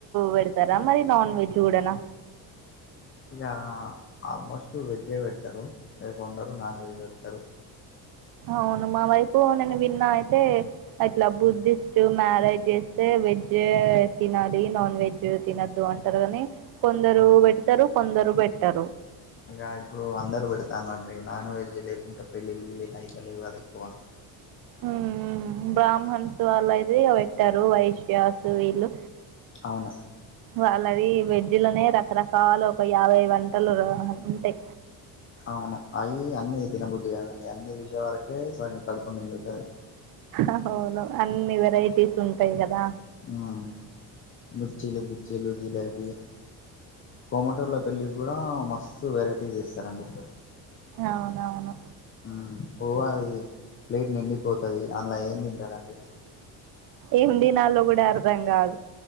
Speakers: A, on the right; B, on the left.
A: పెడతారా మరి నాన్ వెజ్ కూడానా
B: ఇక ఆల్మోస్ట్ వెజే పెడతారు ఇగ కొందరు నాన్ వెజ్ పెడతారు
A: అవును మా వైపు నేను విన్నా అయితే ఇట్లా
B: ఉమ్
A: బుద్ధి ద్ మ్యారేజ్ చేస్తే వెజ్ తినాలి నాన్ వెజ్ తినొద్దు అంటారు కాని కొందరు
B: అవును
A: పెడతారు కొందరు బేట్టరు
B: ఇక ఇప్పుడు అందరుూ పెడతానండి నాన్ వెజ్ లేకుంటే పెళ్ళిళ్ళ గిళ్ళిళ్ళు అయిత లేవు కదా ఎక్కువ
A: ఉమ్ ఉమ్ బ్రాహ్మణ్స్ వాళ్ళ అయితే ఇగ పెట్టారు వైశ్యాసు వీళ్ళు
B: అవును
A: వాళ్ళది వెజ్ లోనే రకరకాల ఒక యాభై వంటలు ఉంటాయి
B: అవును అవి అన్ని తినబుద్ధి కాదండి అన్ని జ్యూష్ వరకే సగం కడుపు నిండుతది
A: అవును అన్ని వెరైటీస్ ఉంటాయి కదా
B: ఆహ్ మిర్చిలు గిర్చీలు జిలేబి కోమాటోల పెళ్ళికి కూడా మస్తు వెరైటీ చేస్తారండి
A: అవునవును
B: హ్మ్ ఓ అది ప్లేట్ నిండిపోతది అందులా ఏం తింటారండి
A: ఎం తినాలో కూడా అర్థం కాదు